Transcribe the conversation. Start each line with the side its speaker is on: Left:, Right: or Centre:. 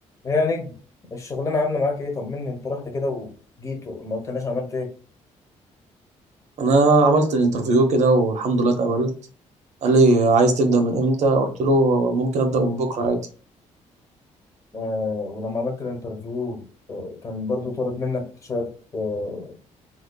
Left: يا نجم الشغلانة عاملة معاك ايه طمني انت رحت كده وجيت وما قلتناش عملت ايه
Right: انا عملت الانترفيو كده والحمد لله اتقبلت قال لي عايز تبدا من امتى قلت له ممكن ابدا من بكره عادي
Left: آه ولما عملت الانترفيو آه كان برضو طلب منك شوية آه